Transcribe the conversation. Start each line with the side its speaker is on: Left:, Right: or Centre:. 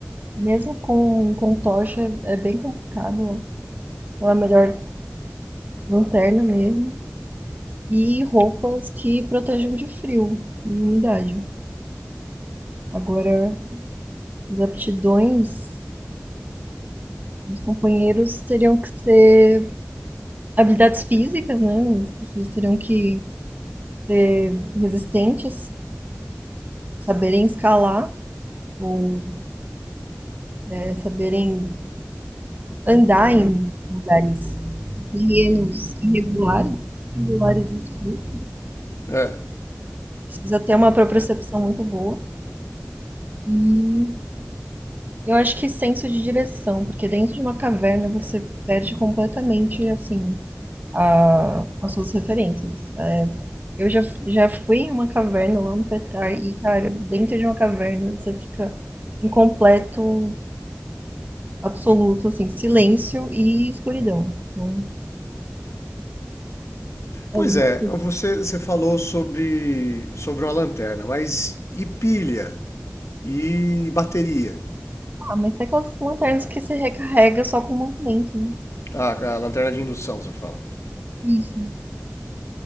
Right: mesmo com, com tocha é bem complicado, ó. Então é melhor lanterna mesmo. E roupas que protejam de frio e umidade. Agora, as aptidões dos companheiros teriam que ser habilidades físicas, né? As pessoas teriam que ser resistentes, saberem escalar ou é, saberem andar em lugares terrenos irregulares, irregulares e escuros.
Left: É.
Right: Precisa ter uma propriocepção muito boa. E eu acho que senso de direção, porque dentro de uma caverna você perde completamente, assim, a- as suas referências. É, eu já, já fui em uma caverna lá no Petar e, cara, dentro de uma caverna você fica em completo, absoluto, assim, silêncio e escuridão. Então, é
Left: Pois
Right: isso.
Left: é, você, você falou sobre, sobre uma lanterna, mas e pilha? E bateria?
Right: Ah, mas tem aquelas lanternas que você recarrega só com o movimento, né?
Left: Ah, a lanterna de indução, você fala.
Right: Isso.